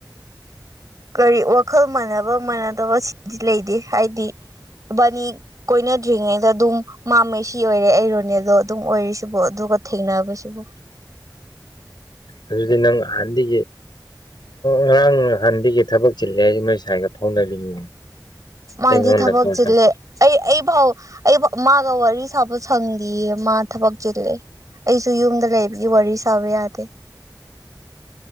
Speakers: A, on the right; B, on the left.
A: ꯀꯔꯤ ꯋꯥꯈꯜ ꯃꯥꯟꯅꯕ ꯃꯥꯟꯅꯗꯕ ꯁꯤꯗꯤ ꯂꯩꯇꯦ ꯍꯥꯏꯗꯤ ꯕꯥꯅꯤ ꯀꯣꯏꯅꯗ꯭ꯔꯤꯉꯩꯗ ꯑꯗꯨꯝ ꯃꯥꯝꯃꯦ ꯁꯤ ꯑꯣꯏꯔꯦ ꯑꯩ ꯔꯣꯅꯦꯗꯣ ꯑꯗꯨꯝ ꯑꯣꯏꯔꯤꯁꯤꯕꯨ ꯑꯗꯨꯒ ꯊꯦꯡꯅꯕꯁꯤꯕꯨ
B: ꯑꯗꯨꯗꯤ ꯅꯪ ꯍꯍꯥꯟꯒꯤ ꯉꯔꯥꯡ ꯍꯥꯟꯗꯤꯀꯤ ꯊꯕꯛ ꯆꯤꯜꯂꯦ ꯍꯥꯏꯁꯤ ꯃꯣꯏ ꯁ꯭ꯋꯥꯏꯒ ꯐꯥꯎꯅꯔꯤꯅꯤ
A: ꯃꯥꯗꯤ
B: ꯑꯩꯉꯣꯟꯗ
A: ꯊꯕꯛ
B: ꯐꯣꯟ
A: ꯆꯦꯂꯦ
B: ꯇꯧ
A: ꯑꯩ ꯑꯩ ꯐꯥꯎ ꯑꯩ ꯃꯥꯒ ꯋꯥꯔꯤ ꯁꯥꯕ ꯁꯪꯗꯦꯑ ꯃꯥ ꯊꯕꯛ ꯆꯤꯂꯦ ꯑꯩꯁꯨ ꯌꯨꯝꯗ ꯂꯩꯕꯒꯤ ꯋꯥꯔꯤ ꯁꯥꯕ ꯌꯥꯗꯦ